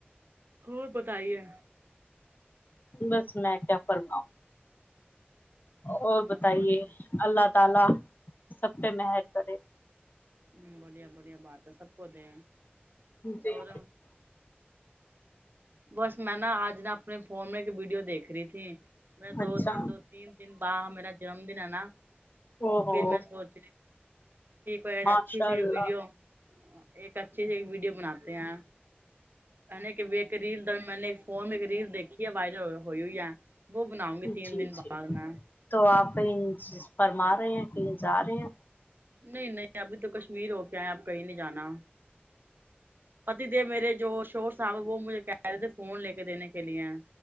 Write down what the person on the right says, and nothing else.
ہو بتائیے
بس بڑھیا
ہ بڑیا بڑیا بات ہے سب کو دے
اور بس میں نا آج نا اپنے فون میں ایک ویڈیو دیکھ رہی تھی میں دو
دو تین دن ب میرا جنم دن ہے نا
پھر میں سوچ کی کر جا
س
ویڈیو <unintelligible> ایک اچھے سے ایک ویڈیو بناتے ہیں ا نے کہ ایک ریل میں نے فون میں ایک ریل دیکھی ہے وائرل ہوئی ہے وہ بناؤں گی تین
دن بعد
میں
نہیں نہیں ابھی تو کشمیر ہو کے ہے اپ کہیں نہیں جانا پتی دے میرے جو شور صاحب ہیں وہ مجھے کہہ رہے تھے فون لے کے دینے کے لیے ہیں